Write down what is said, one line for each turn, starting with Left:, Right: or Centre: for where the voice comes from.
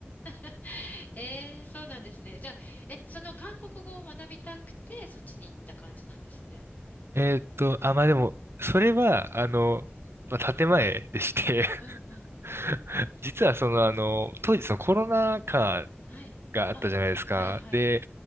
Left: <laughs> えーそうなんですね。じゃあ、え、その韓国語を学びたくて、そっちに行った感じなんですね。
Right: <laughs> えーっと、あ、まあでも、それは、あの、まあ、建前でして
Left: うんうん。
Right: <laughs> 実はそのあの、当時そのコロナ禍
Left: はい。
Right: があったじゃないですか。
Left: あ、はいはい。
Right: で、